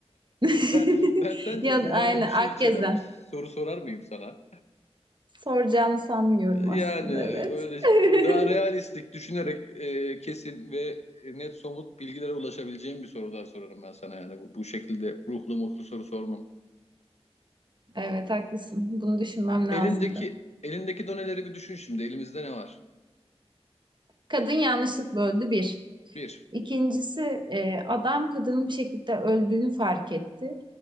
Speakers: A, on the right (about 45°); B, on the left (about 85°).
A: <laughs>
B: Ben, ben sence
A: Ya
B: ruhani
A: aynı
B: bir şey
A: Akgezen.
B: içeren bir soru sorar mıyım sana?
A: Soracağını sanmıyorum
B: Yani
A: aslında,
B: e,
A: evet.
B: öyle
A: <laughs>
B: daha realistik düşünerek e, kesin ve net somut bilgilere ulaşabileceğim bir sorular sorarım ben sana yani bu, bu şekilde ruhlu mutlu soru sormam.
A: Evet haklısın. Bunu düşünmem lazımdı.
B: Elindeki elindeki doneleri bir düşün şimdi. Elimizde ne var?
A: Kadın yanlışlıkla öldü bir.
B: Bir.
A: İkincisi e, adam kadının bir şekilde öldüğünü fark etti.